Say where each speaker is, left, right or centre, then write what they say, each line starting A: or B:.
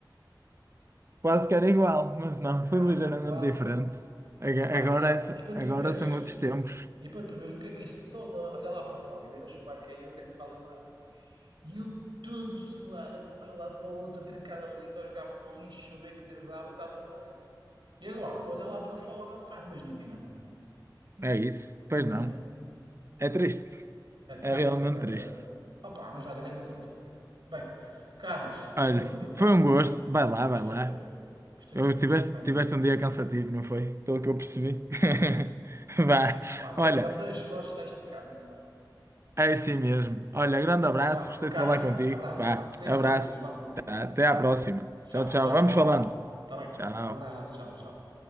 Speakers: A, on the right; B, on the right.
A: Quase que era igual, mas não,
B: quase,
A: foi ligeiramente
B: quase.
A: diferente. Aga-
B: Pá,
A: Agora,
B: e, te-
A: é só-
B: e para
A: agora
B: tu veres.
A: são outros tempos.
B: E para tu veres o que é que é isto. Só de olhar lá para fora e ver a chuva a cair, o que é que me faz lembrar? E eu todo suado, a correr de um lado para o outro, a trincar a língua, a jogar futebol ali, a chover que Deus dava e está tudo bem. E agora, estou a olhar lá para fora, pá, não vejo ninguém na rua,
A: É isso, pois
B: não
A: não.
B: é?
A: É triste,
B: É triste,
A: é realmente
B: por acaso.
A: triste.
B: é. Opa, mas olha, ganha-se outra coisa. Bem, Carlos,
A: Olha,
B: vou dormir, pá.
A: foi um gosto. Vai lá, vai
B: Gostei
A: lá.
B: de te ouvir. Gostei
A: Eu
B: de te ouvir,
A: tiveste,
B: mais
A: tiveste
B: uma vez.
A: um dia cansativo, não foi? Pelo que eu percebi. <laughs> Vá.
B: Pá, tô-
A: Olha,
B: já me dei as costas, está esticado no sofá.
A: é assim mesmo. Olha, grande abraço.
B: Pá,
A: Gostei
B: Carlos,
A: de falar contigo.
B: abraço,
A: Vá,
B: pá. Gostei
A: abraço.
B: mais uma vez de falar contigo.
A: Tá, até à próxima.
B: Tchau,
A: Tchau, tchau.
B: até à
A: Vamos
B: próxima.
A: falando.
B: Está bem?
A: Tchau.
B: Abraço, tchau, tchau.